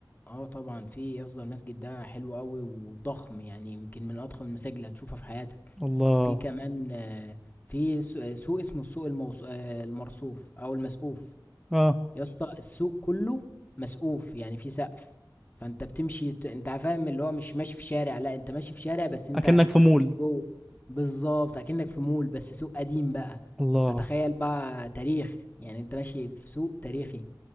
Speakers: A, on the left; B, in the centre.
A: آه طبعًا في يا اسطى المسجد ده حلو أوي وضخم، يعني يمكن من أضخم المساجد اللي هتشوفها في حياتك.
B: الله
A: في كمان آه، في س آه، سوق اسمه السوق الموص آآ المرصوف أو المسقوف،
B: اه
A: يا اسطى إمم. السوق كله مسقوف، يعني في سقف، فأنت بتمشي ت أنت فاهم اللي هو مش ماشي في شارع، لأ أنت ماشي في شارع بس أنت
B: اكنك في مول
A: من جوه بالضبط، أكنك في مول بس سوق قديم بقى،
B: الله
A: فتخيل آه. بقى تاريخ، يعني أنت ماشي في سوق تاريخي،